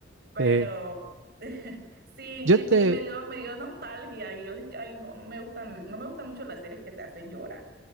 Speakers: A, on the right; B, on the right.
A: Pero
B: Sí.
A: <laughs> sí,
B: Yo
A: y me,
B: te,
A: y me dio, me dio nostalgia y yo dije, ay, no, no me gustan, no me gustan mucho las series que te hacen llorar.